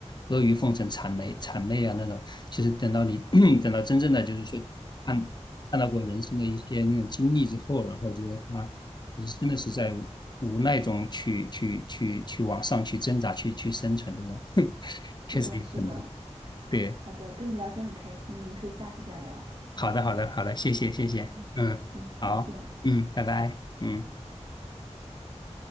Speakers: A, on the left; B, on the right.
A: 阿谀奉承、谄媚谄媚啊那种，其实等到你 <clears throat> 等到真正的就是说看看到过人生的一些那种经历之后，然后觉得他其实真的是在无无奈中去去去去往上去挣扎、去去生存的呢，<laughs>
B: 是的，
A: 确实有很多
B: 是的，
A: 对。
B: 好的，跟你聊天很开心，我们可以下次再聊啊。
A: 好的，好的，好的，谢谢，谢谢，
B: 嗯嗯，
A: 嗯，好，
B: 再见。
A: 嗯，拜拜，嗯。